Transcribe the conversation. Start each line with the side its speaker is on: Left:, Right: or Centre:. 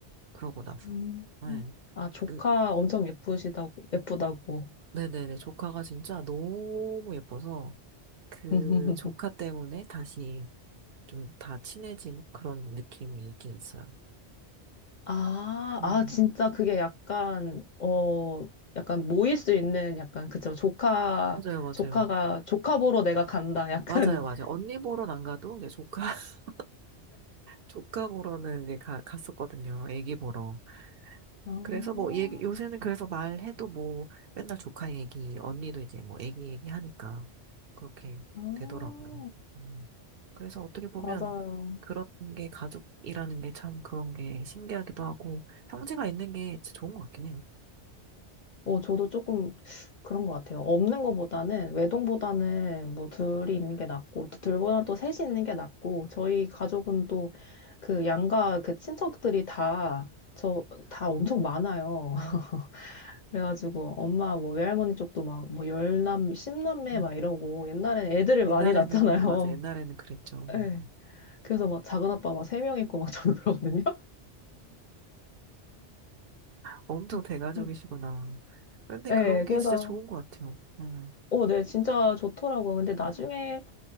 Right: 그러고 나서.
Left: 음.
Right: 네.
Left: 아, 조카
Right: 그
Left: 엄청 예쁘시다고, 예쁘다고.
Right: 네네네. 조카가 진짜 너무 예뻐서 그
Left: <laughs>
Right: 조카 때문에 다시 좀 다 친해진 그런 느낌이 있긴 있어요.
Left: 아,
Right: 음.
Left: 아, 진짜 그게 약간, 어, 약간 모일 수 있는 약간, 그쵸. 조카,
Right: 맞아요, 맞아요.
Left: 조카가, 조카 보러 내가 간다. 약간,
Right: 맞아요, 맞아요. 언니 보러는 안 가도 이제 조카, <laughs> 조카 보러는 이제 가, 갔었거든요. 애기 보러.
Left: 아,
Right: 그래서 뭐 얘기, 요새는 그래서 말해도 뭐 맨날 조카 얘기, 언니도 이제 뭐 애기 얘기 하니까 그렇게
Left: 아,
Right: 되더라고요. 음. 그래서 어떻게 보면
Left: 맞아요.
Right: 그런 게 가족이라는 게 참 그런 게 신기하기도 하고 형제가 있는 게 진짜 좋은 것 같긴 해요.
Left: 뭐 저도 조금 그런 것 같아요. 없는 것보다는 외동보다는 뭐 둘이 있는 게 낫고 또 둘보다 또 셋이 있는 게 낫고 저희 가족은 또 그 양가 그 친척들이 다 저 다 엄청 많아요.
Right: 음.
Left: <laughs> 그래가지고 엄마 뭐 외할머니 쪽도 막 뭐 열남 십남매
Right: 음.
Left: 막 이러고 옛날엔 애들을 많이
Right: 옛날에는
Left: 낳잖아요.
Right: 맞아 옛날에는 그랬죠.
Left: <laughs> 네.
Right: 네.
Left: 그래서 막 작은 아빠 막 세 명 있고 막 저도 그러거든요.
Right: 엄청
Left: <laughs>
Right: 대가족이시구나. 근데
Left: 네,
Right: 그런 게
Left: 그래서,
Right: 진짜 좋은 것 같아요. 음,
Left: 어, 네, 진짜 좋더라고요. 근데 나중에